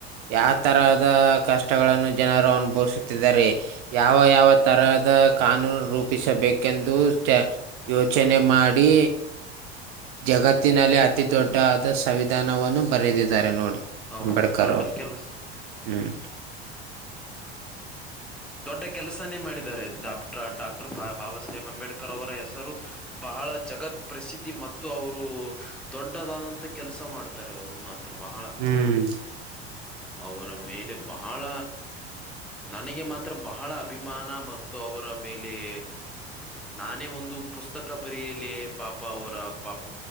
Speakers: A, on the right; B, in the centre.
A: ಯ ತರಹದ ಕಷ್ಟಗಳನ್ನು ಜನರು ಅನುಭವಿಸುತ್ತಿದ್ದಾರೆ. ಯಾವ ಯಾವ ತರಹದ ಕಾನೂನು ರೂಪಿಸಬೇಕೆಂದು ತ. ಯೋಚನೆ ಮಾಡಿ. ಜಗತ್ತಿನಲ್ಲಿ ಅತಿ ದೊಡ್ಡಾ ಆದ ಸವಿಧಾನವನ್ನು ಬರೆದಿದ್ದಾರೆ ನೋಡಿ.
B: ಹೌದು
A: ಅಂಬೇಡ್ಕರ್
B: ದೊಡ್ಡ ಕೆಲಸ
A: ಹ್ಮ್.
B: ದೊಡ್ಡ ಕೆಲಸನೇ ಮಾಡಿದ್ದಾರೆ ಡಾಬ್ಟ್ಟರ್ ಡಾಕ್ಟರ್ ಬಾಬಾ ಸಾಹೇಬ್ ಅಂಬೇಡ್ಕರ್ ಅವರ ಹೆಸರು. ಬಹಳ ಜಗತ್ ಪ್ರಸಿದ್ಧಿ ಮತ್ತು ಅವರು. ದೊಡ್ಡದಾದಂತ ಕೆಲಸ ಮಾಡ್ತಾರೆ ಅವರು ಮಾತ್ರ ಬಹಳ.
A: ಹ್ಮ್
B: ಅವರ ಮೇಲೆ ಬಹಳ ನನಗೆ ಮಾತ್ರ. ಬಹಳ ಅಭಿಮಾನ ಮತ್ತು ಅವರ ಮೇಲೆ ಮ್. ನಾನೇ ಒಂದು ಪುಸ್ತಕ ಬರೆಯಲೆ ಪಾಪ ಅವರ ಪಾಪ